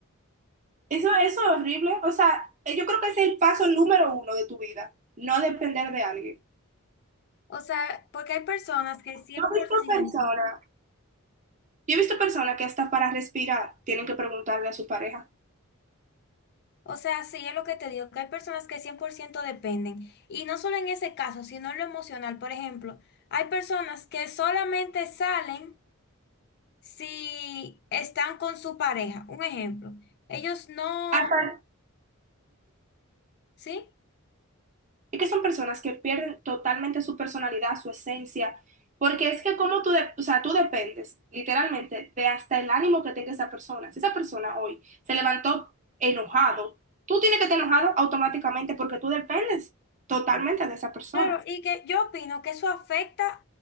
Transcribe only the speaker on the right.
Eso, eso es horrible. O sea, eh, yo creo que ese es el paso número uno de tu vida, no depender de alguien.
Yo he
visto
personas, yo he visto personas que hasta para respirar tienen que preguntarle a su pareja.
Hasta,
y que son personas que pierden totalmente su personalidad, su esencia, porque es que como tú, de- o sea, tú dependes literalmente de hasta el ánimo que tenga esa persona. Si esa persona hoy se levantó enojado, tú tienes que estar enojado automáticamente porque tú dependes totalmente de esa persona.